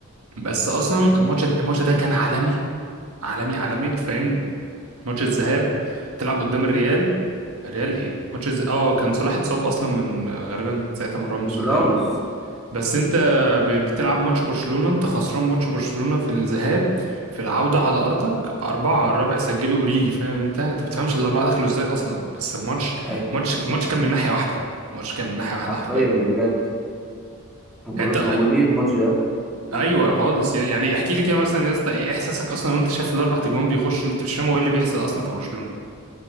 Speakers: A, on the right; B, in the centre.
A: بس اصلا
B: ايوه
A: الماتش الماتش ده كان عالمي عالمي عالمي انت فاهم ماتش الذهاب بتلعب قدام الريال الريال ايه ماتش الز... اه كان صلاح اتصاب اصلا من غالبا ساعتها من راموس ولا
B: راموس
A: ايه بس انت ب... بتلعب ماتش برشلونة انت خسران ماتش برشلونة في الذهاب في العودة على ارضك أربعة الرابع سجله اوريجي فاهم انت انت بتفهمش الأربعة دخلوا ازاي اصلا بس الماتش
B: ايوه
A: ماتش ماتش كان من ناحية واحدة الماتش كان من ناحية واحدة
B: حرفيا
A: حرفيا
B: بجد ما كناش
A: انت
B: موجودين الماتش ده
A: ايوه خالص يعني احكي لي كده مثلا يا اسطى ايه احساسك اصلا وانت شايف الاربع تجوان بيخشوا انت مش فاهم هو ايه اللي بيحصل اصلا في برشلونه